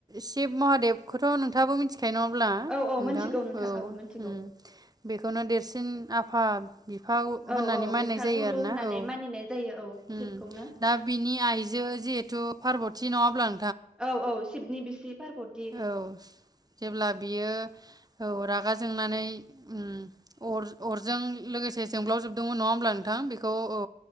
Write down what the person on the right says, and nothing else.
सिब महादेबखौथ' नोंथाङाबो मिथि खायनो अब्ला
नोंथां
औ
उम बेखौनो देरसिन आ फा बिफा हु
होननानै
माननाय
जायो
आरो
ना औ
उम
दा बिनि आइजो जिहेथु पारबत थि नब्लां
औ जेब्ला बियो औ रागा जोंनानै ओम अर-अरजों लोगोसे जोंब्लाव जोबदोंमोन नङा होमब्ला नो थां बेखौ औ